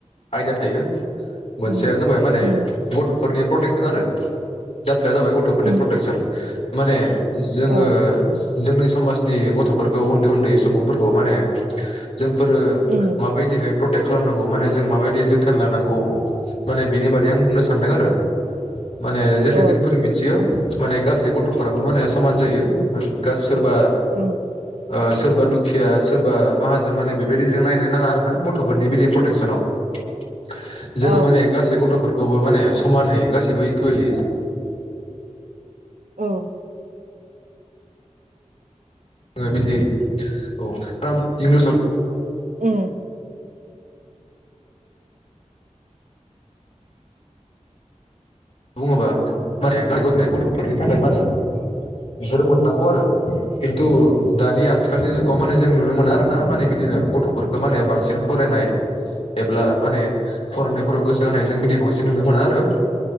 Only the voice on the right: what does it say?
उम
उम
उम
औ
औ
औ
औ
औ
औ।
उम।